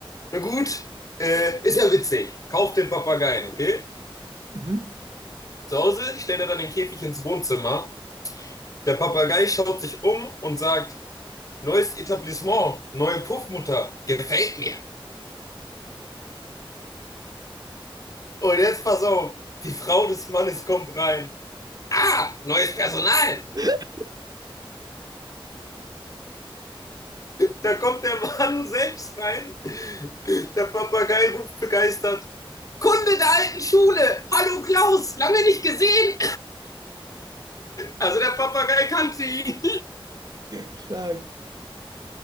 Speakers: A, on the left; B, on the right.
A: na gut, äh, ist ja witzig. Kauft den Papageien, okay?
B: Mhm.
A: Zu Hause stellt er dann den Käfig ins Wohnzimmer. Der Papagei schaut sich um und sagt, neues Etablissement, neue Puffmutter, gefällt mir. Und jetzt pass auf, die Frau des Mannes kommt rein. Ah, neues Personal.
B: <laughs>
A: Da kommt der Mann selbst rein. Der Papagei ruft begeistert, Kunde der alten Schule. Hallo Klaus, lange nicht gesehen. Also der Papagei kannte ihn.
B: Stark.